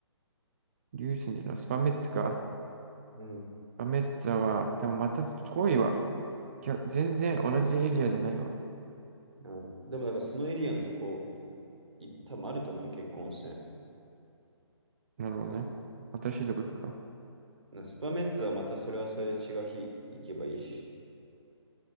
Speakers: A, on the right; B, on the right.
A: 竜神じゃない、スパメッツか。
B: うん。
A: まあメッツァは、でもまたちょっと遠いわ。きゃ全然同じエリアじゃないわ。
B: あのでもだからそのエリアのとこ、い多分あると思うよ、結構温泉。
A: なるほどね。新しいとこ行くか。
B: なスパメッツはまたそれはそれで違う日行けばいいし。